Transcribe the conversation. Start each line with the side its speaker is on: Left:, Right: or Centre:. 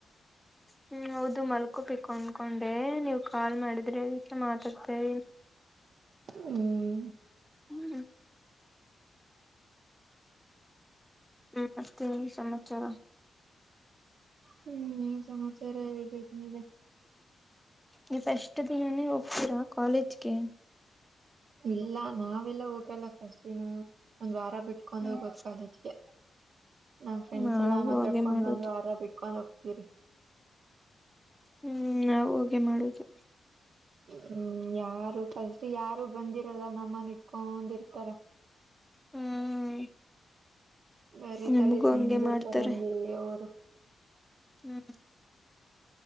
Centre: ಹ್ಮ್ ಹೌದು ಮಲ್ಕೋಬೇಕು ಅನ್ಕೊಂಡ ಅಂಡೇ ನೀವ್ ಕಾಲ್ ಮಾಡಿದ್ರೆ ಅದಕ್ಕೆ ಮಾತಾಡ್ತೇವ
Right: ಹ್ಮ್
Centre: ಹ್ಮ್ ಹ್ಮ್ ಮಸ್ತೇ ನಿ ಸಮಾಚಾರ
Right: ಹ್ಮ್ ನೀ ಸಮಾಚಾರ ಹೇಳ್ಬೇಕ ಮೇಲೆ
Centre: ನೀಫಷ್ಟಟ್ ದಿನಾನೇ ಹೋಗ್ತೀರಾ ಕಾಲೇಜ್ಗೆ
Right: ಇಲ್ಲ ನಾವೆಲ್ಲ ಹೋಗಲ್ಲ ಫಸ್ಟ್ ದಿನ ಒಂದ್ ವ ಬಿಟ್ಕೊಂಡ್
Centre: ಹ್ಮ್
Right: ಹೋಗೋದು ಕಾಲೇಜ್ಗೆ ನಮ್ ಫ್ರೆಂಡ್ಸ್
Centre: ನಾವು
Right: ಎಲ್ಲಾ ಮಾತಾಡ್ಕೊಂಡ್
Centre: ಹಾಗೆ ಮಾಡೋದು
Right: ಒಂದ್ ವಾರ ಬಿಟ್ಕೊಂಡ್ ಹೋಗತೀರಿ
Centre: ಹ್ಮ್ ನಾ ಹೋಗೆ ಮಾಡುದು
Right: ಹ್ಮ್ ಯಾರು ಫಸ್ಟ್ ಯಾರು ಬಂದಿರಲ್ಲ ನಮ್ಮನ್ ಇಟ್ಕೊಂಡಿರ್ತಾರ
Centre: ಹ್ಮ್
Right: ಬರಿೀ
Centre: ನಮಗೂ
Right: ತಲೆ ತಿನ್
Centre: ಹಂಗೆ
Right: ಬಿಿಡ್ತಾರಂಗೆ
Centre: ಮಾಡ್ತಾರೆ.
Right: ಅವರು
Centre: ಹ್ಮ್